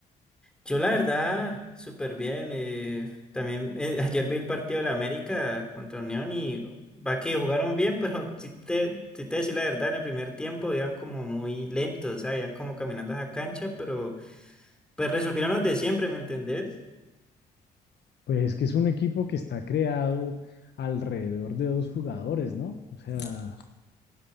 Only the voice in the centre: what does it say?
Yo la verdad, súper bien. eh, también eh, <laughs> ayer vi el partido de la América contra Unión y va que jugaron bien, pero <laughs> si te, si te decir la verdad, en el primer tiempo iban como muy lentos, o sea, iban como caminando a la cancha, pero pues resolvieron los de siempre, ¿me entendés?